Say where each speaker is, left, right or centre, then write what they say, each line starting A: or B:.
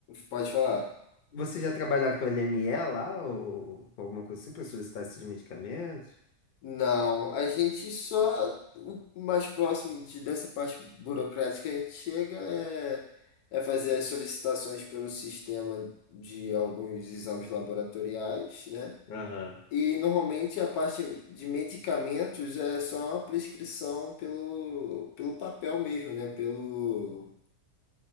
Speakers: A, on the left; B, on the left.
A: Pode falar.
B: você já trabalhar com LME lá, ou com alguma coisa assim, para solicitar esses medicamentos?
A: Não, a gente só. O mais próximo de- dessa parte burocrática que a gente chega é, é fazer as solicitações pelo sistema de alguns exames laboratoriais, né?
B: Aham.
A: E normalmente a parte de medicamentos é só uma prescrição pelo, pelo papel mesmo, né? Pelo